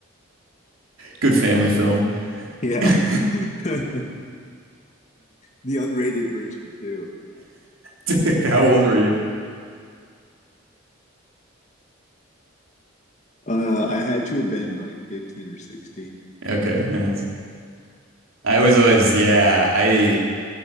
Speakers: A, on the right; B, on the left.
A: good family film. <laughs>
B: Yeah. <laughs> The unrated version too.
A: Dude, how old were you?
B: Uh I had to have been like 15 or 16.
A: Okay, nice. I was always, yeah, I